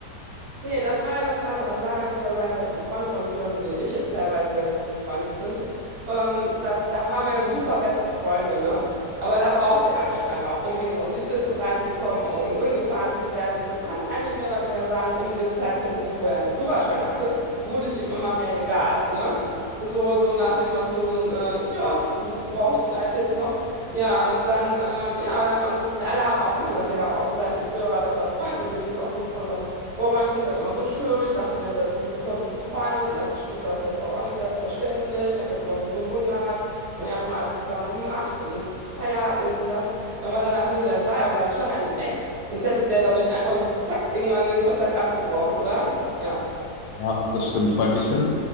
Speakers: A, on the right (about 70°); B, on the left (about 75°).
A: Nee, das war ja das Krasse. Und das sagen ja sogar seine besten Freunde von früher, mit denen ich jetzt teilweise sehr gut befreundet bin. Ähm, das, da waren wir ja super beste Freunde, ne? Aber da brauchte er mich ja noch, um irgendwo in die Disco reinzukommen, um irgendwo hingefahren zu werden. Und du kannst eigentlich mehr oder weniger sagen, um den Zeitpunkt rum, wo er einen Führerschein hatte, wurde ich ihm immer mehr egal, ne? So, so nach dem Motto, so ein, äh, ja, pf, wozu brauche ich die Alte jetzt noch? Ja, und dann, ähm, ja, ja, und alle haben auch immer gedacht, ja, auch sein früherer bester Freund, mit dem ich jetzt auch gut befreundet bin, Boah, ich fand das immer so schön. Ich dachte mir, ihr seid so super gut befreundet und als Geschwister ist das doch auch nicht selbstverständlich. Ich habe das immer so bewundert und ihr habt immer alles zusammen gemacht und gefeiert und dies und das. Und aber dann dachte ich mir, das war ja wohl anscheinend nicht echt. Sonst hätte der doch nicht einfach so zack irgendwann den Kontakt abgebrochen, oder? Ja.
B: Ja, das stimmt. Vor allem, ich finde,